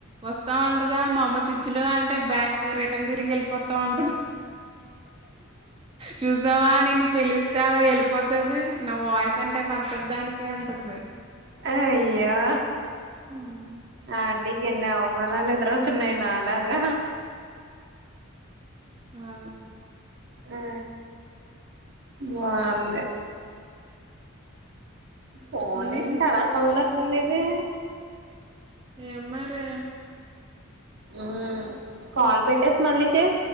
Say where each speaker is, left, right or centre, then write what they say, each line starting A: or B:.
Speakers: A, on the right (about 25°); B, on the right (about 60°).
A: వస్తా ఉంటదా మా అమ్మ చిచ్చులు అంటే బ్యాక్ రిటర్న్ తిరిగి వెళ్ళిపోతా ఉంటది చూసావా నేను పిలిస్ అలాగ వెళ్ళిపోతుది నా వాయిస్ అంటే నచ్చదు దానికి అంటుంది
B: అయ్యో
A: హ్మ్.
B: ఆ అండి ఎన్ని అవమానాలు ఎదురవుతున్నాయి నాలాగా
A: ఆగు
B: ఆ బావుంది ఫోన్
A: హ్మ్.
B: ఏంటి అలా సౌండ్ ఉన్నేది
A: ఏంమరే
B: ఉ కాల్ పెట్టేసి మళ్ళీ చేయి